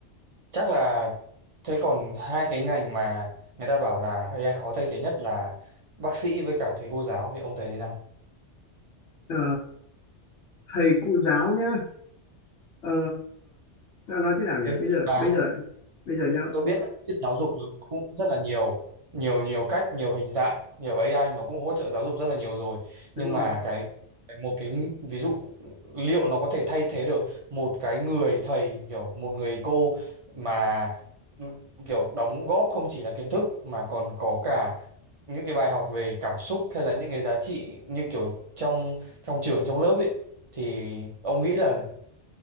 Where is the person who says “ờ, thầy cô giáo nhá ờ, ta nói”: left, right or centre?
Left